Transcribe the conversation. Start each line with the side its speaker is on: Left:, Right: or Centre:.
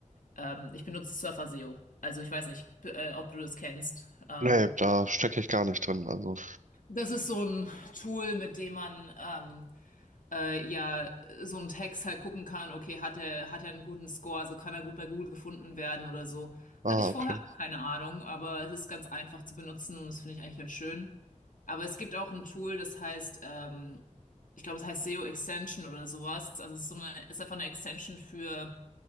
Left: ähm, ich benutze Surfer SEO. Also ich weiß nicht, äh, ob du das kennst. Ähm,
Right: Nee, da stecke ich gar nicht drin. Also,
Left: das ist so ein Tool, mit dem man ähm, äh, ja so ein Text halt gucken kann, okay, hat er, hat er einen guten Score, also kann er gut bei Google gefunden werden oder so.
Right: ah,
Left: Hatte ich
Right: okay.
Left: vorher auch keine Ahnung, aber es ist ganz einfach zu benutzen und das finde ich eigentlich ganz schön. Aber es gibt auch ein Tool, das heißt, ähm, ich glaube, es heißt SEO Extension oder sowas. Also es ist so eine, ist einfach eine Extension für